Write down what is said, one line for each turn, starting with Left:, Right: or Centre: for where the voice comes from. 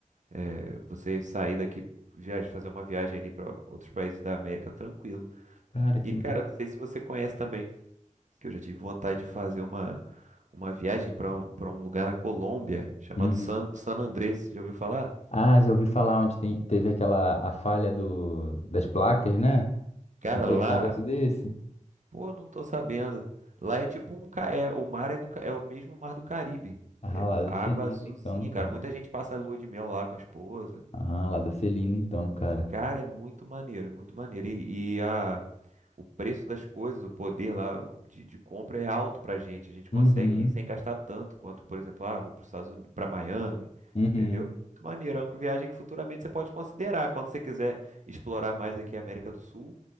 Right: é, você sair daqui, viajar, fazer uma viagem ali pra outros países da América tranquilo.
Left: Cara, que
Right: E cara,
Left: ma...
Right: não sei se você conhece também, que eu já tive vontade de fazer uma uma viagem pra para um lugar na Colômbia chamado
Left: Uhum.
Right: San, San Andrés. Já ouviu falar?
Left: Ah, já ouvi falar onde tem- teve aquela a falha do, das placas, né?
Right: Cara,
Left: Não teve
Right: lá,
Left: um negócio desse?
Right: pô, não tô sabendo. Lá é tipo um ca- é, o mar é do ca- é o mesmo mar do Caribe.
Left: Ah,
Right: É
Left: lá deve
Right: água
Left: ser lindo
Right: azulzinha,
Left: então, cara.
Right: cara. Muita gente passa lua de mel lá com a esposa.
Left: Ah, lá deve ser lindo então, cara.
Right: Cara, é muito maneiro, é muito maneiro. E, e a, o preço das coisas, o poder lá de, de compra é alto pra gente. A gente consegue
Left: Uhum,
Right: ir sem gastar tanto quanto, por exemplo, ah, vou para Estados Unidos, para Miami,
Left: uhum.
Right: entendeu? É muito maneiro. É uma viagem que futuramente você pode considerar. Quando você quiser explorar mais aqui a América do Sul,